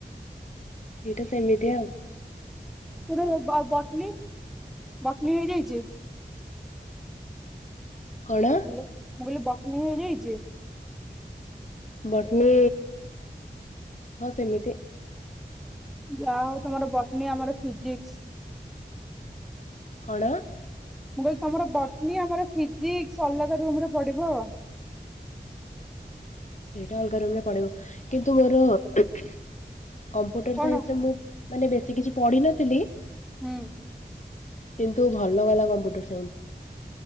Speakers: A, on the left (about 45°); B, in the centre.
A: ଏଇଟା ସେମିତିଆଉ।
B: ତୋର ବ ବଟନୀ, ବଟନୀ ହେଇଯାଇଛି।
A: କଣ?
B: ହ୍ୟାଲୋ ମୁଁ କହିଲି ବଟନି ହେଇଯାଇଛି?
A: ବଟନୀ ହଁ ସେମିତି।
B: ଯାହା ହଉ ତମର ବଟନି ଆମର ଫିଜିକ୍ସ।
A: କଣ?
B: ମୁଁ କହିଲି ତମର ବଟନୀ ଆମର ଫିଜିକ୍ସ୍ ଅଲଗା ରୁମରେ ପଡିବ।
A: ସେଇଟା ଅଲଗା ରୁମ୍ ରେ ପଡିବ କିନ୍ତୁ ମୋର କମ୍ପୁଟର
B: କଣ?
A: ସାଇନ୍ସରେ ମୁଁ ମାନେ ବେଶୀ କିଛି ପଢିନଥିଲି
B: ହୁଁ
A: କିନ୍ତୁ ଭଲ ଗଲା କମ୍ପ୍ୟୁଟର ସାଇନ୍ସ୍।